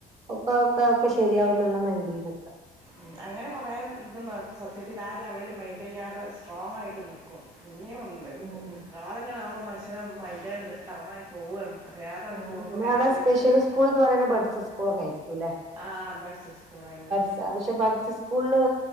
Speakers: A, on the right; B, on the right.
A: ഒക്ക ഒക്ക ഒക്കെ ശരിയാവും എന്നുള്ള മൈൻഡ് യ്തു
B: ഉം അങ്ങനെ കൊറെേ ഇത് നട സത്യത്തിൽ ആ ലെവല് മൈൻ് യ്യാതെ സ്ട്രോങായിട്ട് നിക്കും പിന്നെ ഒന്ന്
A: ഉം
B: കാലങ്ങളാണൊ മനുഷ്യന് മൈൻഡയ് ണത് ഡൗണായി പോവാണ് പേതാണ്
A: ആ
B: പോവുമ്പോ
A: നമ്മ
B: കരച്ചിലൊക്കെണ്
A: അവിടെ സ്പെഷ്യൽ സ്കൂൾ എന്ന് പറയുന്ന ബഡ്സ് സ്കൂളൊക്കായിരിക്കുല്ലേ
B: ആ പടിച്ച സ്കൂളന്നെ
A: അത്യാവശ്യം ബഡ്സ്സ്കൂളില്